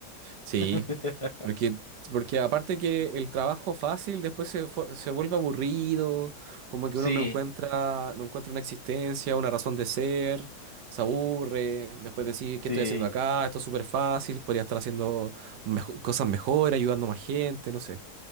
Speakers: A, on the right; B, on the left.
A: Sí,
B: <laughs>
A: porque, porque aparte que el trabajo fácil después se, fu- se vuelve aburrido, como que
B: Sí,
A: uno no encuentra, no encuentra una existencia, una razón de ser, se aburre, después decir,
B: sí.
A: ¿qué estoy haciendo acá? Esto es súper fácil, podría estar haciendo mejo- cosas mejor, ayudando a más gente, no sé.